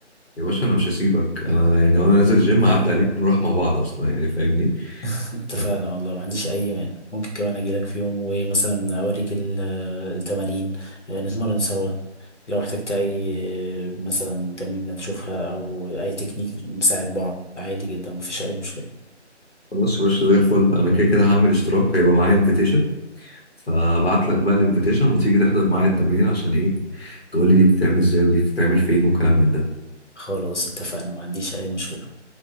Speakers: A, on the left (about 55°); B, on the left (about 75°).
A: يا باشا انا مش هسيبك انا يعني وانا نازل الجيم اعدي عليك نروح مع بعض اصلا يعني فاهمني
B: <laughs> اتفقنا
A: ف-
B: والله ما عنديش اي مانع ممكن كمان اجي لك في يوم ومثلا اوريك ال- آه، التمارين آه، نتمرن سوا لو احتجت اي آه، مثلا تمرين تشوفها او اي تكنيك نساعد بعض عادي جدا مفيش اي مشكله
A: خلاص يا باشا زي الفل انا كده كده هعمل اشتراك هيبقى معايا انفيتيشن فابعت لك بقى الانفيتيشن وتيجي تحضر معايا التمرين عشان ايه تقول لي دي بتتعمل ازاي ودي بتتعمل فين وكلام من ده
B: خلاص اتفقنا ما عنديش اي مشكله